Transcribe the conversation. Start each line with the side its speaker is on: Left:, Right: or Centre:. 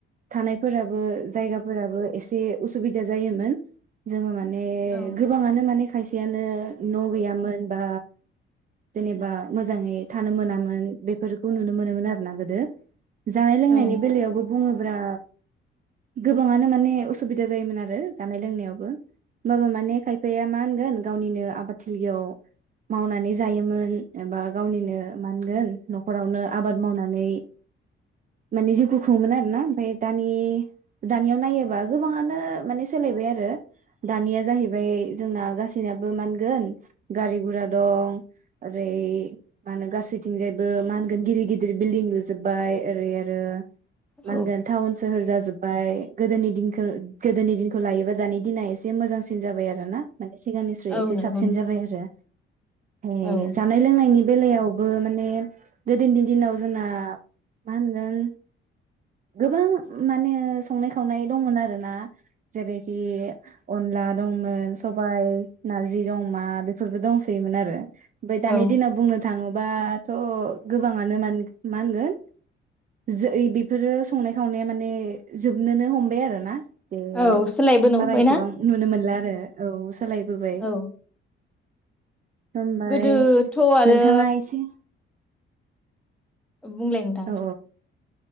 Right: थानायफोराबो जायगाफोराबो एसे उसुबिदा जायोमोन जोङो माने माने
Centre: औ
Right: गोबाङानो माने खायसेयानो न' गैयामोन बा जेनेबा मोजाङै थानो मोनामोन बेफोरखौ नुनो मोनोमोन आरो ना गोदो। जानाय लोंनायनि
Centre: औ
Right: बेलायावबो बुङो ब्ला गोबांङानो माने उ सुबिदा जायोमोन आरो जानाय लोंनायावबो होमबाबो माने खायफाया मा होनगोन गावनिनो आबादथिलियाव मावनानै जायोमोन एबा गावनिनो मा होनगोन न'खरावनो आबाद मावनानै माने जिउखौ खुङोमोन आरोना ओमफ्राय दानि दानियाव नायो गोबाङानो माने सोलायबाय आरो दानिया जाहैबाय जोंना गासैनायाबो मान ओनगोन गारि गुरा दं ओरै मा होनो गासैथिंजायबो मा होनगोन गिदिर गिदिर बिल्डिं लुजोबबाय ओरै आरो मा
Centre: औ
Right: होनगोन टाउन सोहोर जाजोब बाय गोदोनि दि गोदोनि दिनखौ लायोबा दानि दिना एसे मोजांसिन जाबाय आरो ना? माने सिगांनिस्राय
Centre: औ
Right: एसे
Centre: नंगौ
Right: साबसिन
Centre: नोंथां
Right: जाबाय आरो। ए
Centre: औ
Right: जानाय लोंनायनि बेलायावबो माने गोदोनि दिनाव जोंना मा होनगोन गोबां माने संनाय खावनाय दंमोन आरोना जेरैखि अनला दंमोन सबायाइ नारजिजों अमा बेफोरबो दंसैयोमोन आरो। ओमफ्राय
Centre: औ
Right: दानि दिनाव बुंनो थाङोबा थ' गोबाङानो मा होनगोन जै बे बेफोरो संनाय खावनाया माने जोबनोनो हमबाय आरो ना? जे
Centre: औ सोलायबोनो
Right: बारा
Centre: हमबायना
Right: इसेबां नुनो मोनला आरो औ सोलायबोबाय।
Centre: औ
Right: हमबाय
Centre: गोदोथ' आरो
Right: नोंथाङा एसे
Centre: बुंलाय नोंथां
Right: औ